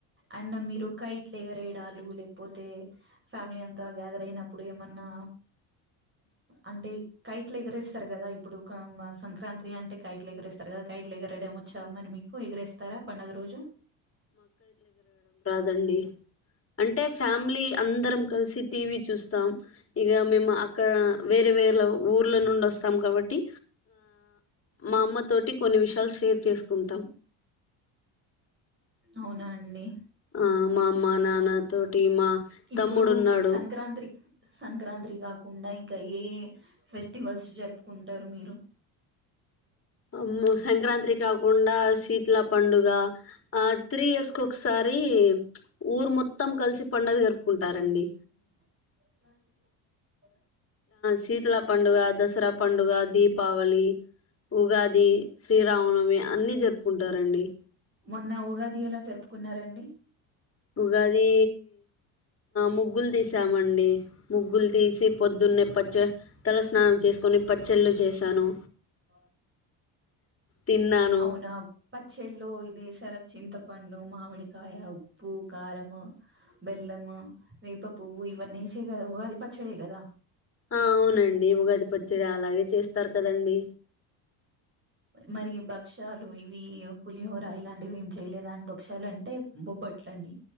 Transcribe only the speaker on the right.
అండ్ మీరు కైట్లు ఎగరేడాలు లేకపోతే ఫ్యామిలీ అంతా గ్యాదర్ అయినప్పుడు ఏమన్నా అంటే కైట్లు ఎగరేస్తారు కదా ఇప్పుడు సంక్రాంతి అంటే కైట్ ఎగిరే స్తారు కదా కైట్లు ఏగరెయడం వచ్చా మరి మీకు ఏగరెస్ తారా పండగ రోజు
అవునా అండి
ఇప్పుడు
సంక్రాంతి సంక్రాంతి కాకుండా ఇంకా ఏ ఏ ఫెస్టివల్స్ జరుపుకుంటారు మీరు
ఆ
మ్మ్.
మొన్న ఉగాది ఎలా జరుపుకున్నారండి
ఆ
అవునా పచ్చడిల్లో ఇదీ వేస్ తర చింతపండు మామిడికాయ ఉప్పు కారంము బెల్లము వేప పువ్వు ఇవన్నీ వేసే కదా ఉగాది పచ్చడి కదా
మరి భక్షాలు ఇవి పులిహోర ఇలాంటివి ఏమి చేయలేదంటి భక్షాలుంటే బొబ్బట్ల అండి